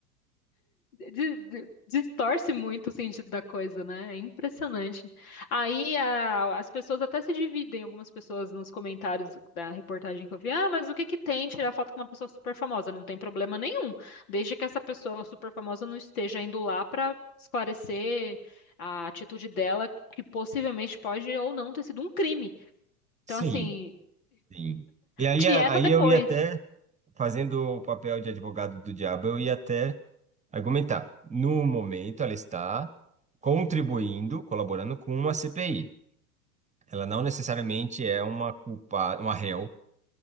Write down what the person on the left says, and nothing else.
di- di- distorce muito o sentido da coisa, né? É impressionante. Aí a- as pessoas até se dividem, algumas pessoas nos comentários da reportagem que eu vi, ah, mas o que que tem tirar foto com uma pessoa super famosa? Não tem problema nenhum, desde que essa pessoa super famosa não esteja indo lá para esclarecer a atitude dela, que possivelmente pode ou não ter sido um crime. Então,
assim,
tieta
depois.